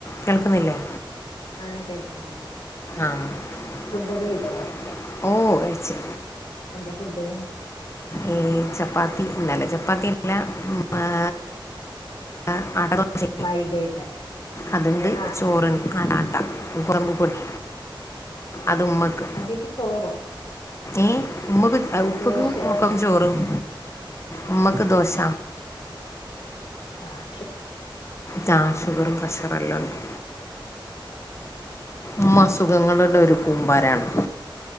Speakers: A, on the left; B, on the left.
A: കേൾക്കുന്നില്ലേ?
B: ആഹ് കേൾക്കുന്നുണ്ട്
A: ആഹ
B: ഫുഡൊക്കെ
A: കട്ടാക്കി
B: കഴിച്ചോ
A: വിളിക്ക. ഓ കഴിച്.
B: എന്താ ഫുഡ്
A: ഏ ചപ്പാത്തി ന്നലെ ചപ്പാത്തില്ല ഏ ആഹ ആട്ട ദോശ
B: മൈദേറ്റ
A: അത്ണ്ട്
B: ആഹ്
A: ചോറ്
B: ആഹ് ആഹ്
A: ആടാട്ട. ഉറുമ്പുപൊടി. അത് ഉമ്മക്ക്
B: അതേറ്റ് ചോറോ
A: ഏ ഉമ്മക്ക് ഉപ്പക്കും
B: ദോശേ
A: മക്കക്കും ചോറും. ഉമ്മ മ്മക്ക് ദോശ
B: ആ
A: ചഅ ഷുഗറും പ്രഷറെല്ലാം ഉണ്ട്.
B: ആ
A: ഉമ്മ അസുഖങ്ങളുടെ ഒരു കൂമ്പാരാണ്.